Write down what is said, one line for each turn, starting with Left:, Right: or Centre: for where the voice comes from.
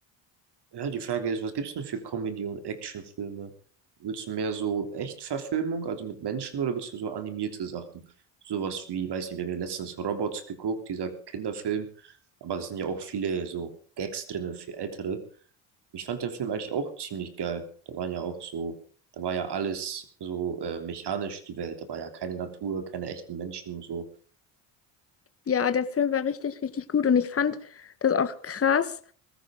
Right: Ja, die Frage ist, was gibt's denn für Comedy- und Actionfilme? Willst du mehr so Echtverfilmung, also mit Menschen, oder willst du so animierte Sachen? Sowas wie, weiß nicht, wir haben ja letztens Robots geguckt, dieser Kinderfilm, aber da sind ja auch viele so Gags drin für Ältere. Ich fand den Film eigentlich auch ziemlich geil. Da waren ja auch so, da war ja alles so äh, mechanisch, die Welt. Da war ja keine Natur, keine echten Menschen und so.
Left: Ja, der Film war richtig, richtig gut und ich fand das auch krass.